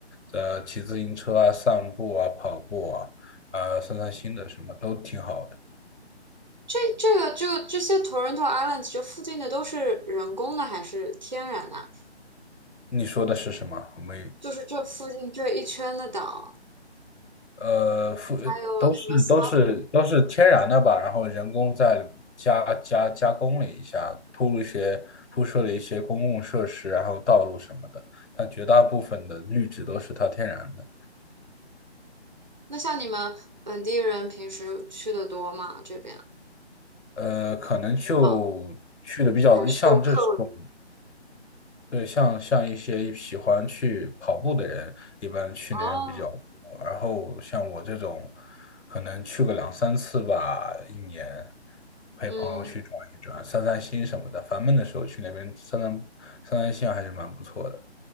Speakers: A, on the left; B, on the right.
A: 呃，骑自行车啊、散步啊、跑步啊。呃，散散心的什么都挺好的。
B: 这这个就这些 Toronto Islands 这附近的都是人工的还是天然的？
A: 你说的是什么？我们
B: 就是这附近这一圈的岛，
A: 呃，复都是都是都是天然的吧，
B: 还有什么 s
A: 然后人工再加加加工了一下，铺了一些铺设了一些公共设施，然后道路什么的，但绝大部分的绿植都是它天然的。
B: 那像你们本地人平时去的多吗？这边
A: 呃，可能就去的比较像这种
B: 啊，还是游客为主
A: 对，像像一些喜欢去跑步的人，一般去那边比较多。
B: 哦，
A: 然后像我这种，可能去个两三次吧，一年，陪朋友去转一转，
B: 嗯。
A: 散散心什么的。烦闷的时候去那边散散散散心，还是蛮不错的。